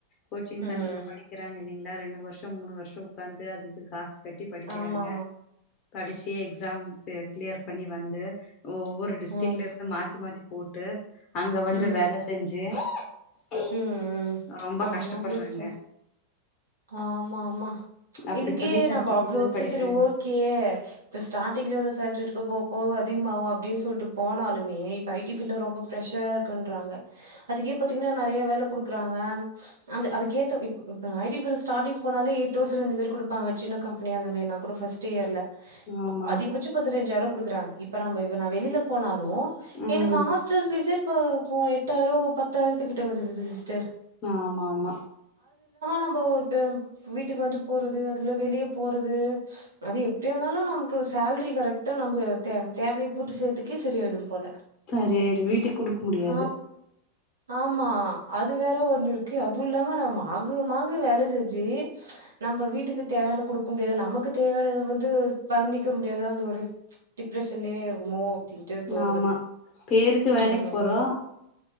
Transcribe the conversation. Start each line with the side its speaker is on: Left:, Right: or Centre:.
Left: கோச்சிங்
Right: ம்
Left: சென்டர்ல படிக்கிறாங்கல்ல ங்களா ரெண்டு வருஷோ மூணு வருஷோ பிரண்ட் அதுக்கு காசு கட்டி படிக்கிறாங்க
Right: ஆமா
Left: படிச்சு எக்ஸாம் பே கிளியர் பண்ணி வந்து ஒவ்வொரு டிஸ்ட்ரிக்ல
Right: ம்
Left: இருந்து மாத்தி மாத்தி போட்டு அங்க வந்து
Right: ம்
Left: வேல செஞ்சு <inaudible>
Right: ம் ம் ஆமா
Left: கஷ்டப்படுறாங்க
Right: சிஸ்டர் ஆமா ஆமா
Left: அப்டி
Right: இதுக்கே
Left: பண்ணி கஷ்டப்பட்டுதா
Right: நம்மோ அவ்ளோ வச்சு
Left: படிக்கிறாங்க
Right: சேரி ஓகே இப்ப ஸ்டாரிங்ல இவ்ளோ சேலரி இருக் போ போக அதிகமாவா அப்டினு சொல்லிட்டு போனாலுமே இப்ப ஐ டி பீல்ல ரொம்ப ஃப்ரெஷரா இருக்குன்றாங்க அதுக்கே பாத்தீங்கன்னா நெறைய வேல குடுக்குறாங்க அந்த அதுக்கேத்த இப் இப்ப ஐ டி பீல்ல ஸ்டார்டிங் போனாலே எயிட் தௌசண் அந்த மாரி குடுப்பாங்க சின்ன கம்பெனியா இந்தாமே நா கூட ஃபஸ்ட் இயர்ல <inaudible>
Left: ஆமா
Right: அதிகபட்சோ பதினைஞ்சாயிரோ குடுக்குறாங்க இப்ப நம்மோ நா வெளியில போன லு
Left: ம்
Right: எனக்கு ஹாஸ்டல் பீஸே இப்ப போ எட்டாயிரோ பத்தாயிரத்துக்கிட்ட வந்துருது சிஸ்டர்
Left: ஆமா ஆமா
Right: நம்ப இப்ப வீட்டுக்கு வந்து போறது அதுல வெளிய போறது அது எப்டியாந்தாலு நாம் க்கு சேல்ரி கரெக்ட்டா நம்ப தே தேவைய பூத்து செய்ரத்துக்கே செரிய ஆயிடு போல
Left: சரியாயிடு வீட்டுக்கு குடுக்க முடியாது
Right: ஹ ஆமா அது வேற ஒண்ணு இரு கே அதுல்லாம நம்ம மாங்கு மாங்கு வேல செஞ்சி நம்ப வீட்டுக்கு தேவையான குடுக்க முடியாது நமக்கு தேவையானத வந்து பண்ணிக்க முடியாத அந்து ஒரு டிப்ரெஷன்லயே இருக்குமோ அப்டின்ட்டு தோணுது
Left: ஆமா பேருக்கு
Right: ம்
Left: வேலைக்கு போறோ